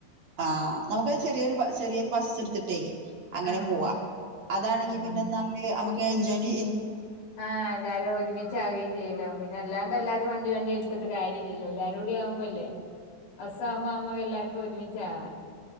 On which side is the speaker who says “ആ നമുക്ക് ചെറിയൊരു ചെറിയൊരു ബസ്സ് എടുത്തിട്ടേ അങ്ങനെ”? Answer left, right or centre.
Right